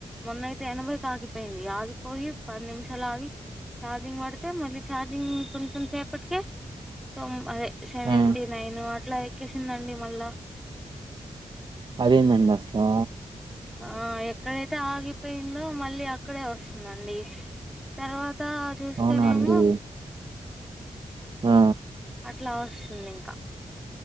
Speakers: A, in the centre; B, on the right (about 45°).
A: మొన్నయితే ఎనభైకి ఒక ఆగిపోయింది ఆగిపోయి పది నిమిషాలు ఆగి ఛార్జింగ్ పడితే మళ్ళీ ఛార్జింగ్ కొంచెం సేపటికే సో అదే సెవెంటీ
B: ఆ
A: నైను లైక్ కిసిందండి మళ్ల్ళా
B: అదేందండిస్తా
A: ఆ ఎక్కడైతే ఆగిపోయిందో మళ్ళీ అ క్కడే వస్తుందండి తర్వాత చూస్తేనేమో
B: అవునా అండి ఆ
A: అట్లా వస్తుంది ఇంకా